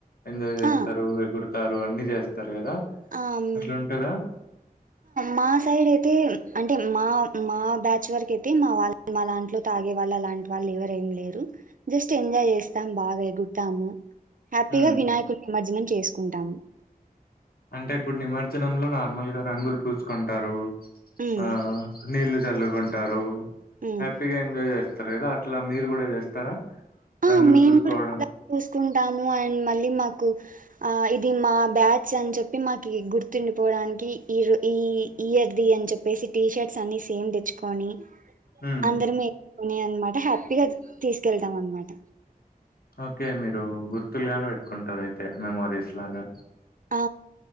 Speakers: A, on the left; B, on the right.
A: ఎంజాయ్ చేస్తారు
B: ఆ!
A: ఎగురు ారు అన్ని చేస్తారు కదా
B: ఆహ్, హ్మ్.
A: అట్లా ఉంటదా
B: మా సైడ్ అయితే అంటే మా మా బ్యాచ్ వరకు అయితే మా వాళ్ళ మా దాంట్లో తాగేవాళ్ళు అలాంటి వాళ్ళు ఎవరు ఏం లేరు జస్ట్ ఎంజాయ్ చేస్తాం బాగా ఎగురుతాము హ్యాపిగా
A: హ్మ్.
B: వినాయకులు నిమర్జనం చేసుకుంటాము
A: అంటే ఇప్పుడు నిమజ్జనంలో నార్మల్ గా రంగులు పూసుకుంటారు
B: హ్మ్.
A: ఆ నీలు చల్లుకుంటారు
B: హ్మ్.
A: హ్యాపీగా ఎంజాయ్ చేస్త కదా అట్లా మీరు కూడా చేస్తారా
B: ఆ!
A: రంగులు
B: మేము
A: పూసుకోవడం
B: కూడా అలాగే చూసుకుంటాము అండ్ మళ్ళీ మాకు ఇది మా బ్యాచ్ అని చెప్పి మాకు గుర్తుండిపోవడానికి ఈ ఈ ఇయర్ది అని చెప్పేసి టీ షర్ట్స్ అన్ని సేమ్ తెచ్చుకొని
A: హ్మ్.
B: అందరిమే పోనీ అనమాట హ్యాపీగా తీసుకెళ్తాం అనమాట
A: ఓకే మీరు గుర్తులు గాని పెట్టుకుంటారు అయితే మెమోరీస్ లాగా
B: ఆ